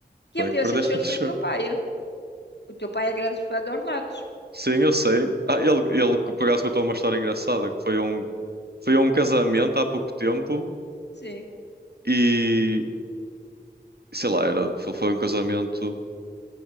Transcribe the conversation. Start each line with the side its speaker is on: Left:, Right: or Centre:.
Left: Quem
Right: Tu
Left: me
Right: é que
Left: deu essa
Right: perdeste
Left: t-shirt
Right: a t-shirt.
Left: foi o teu pai. ó. O teu pai é grande fã de ornatos.
Right: Sim, eu sei. Ah, ele, ele que por acaso contou uma história engraçada, que foi a um, foi a um casamento há pouco tempo
Left: Sim,
Right: e, sei lá, era, foi um casamento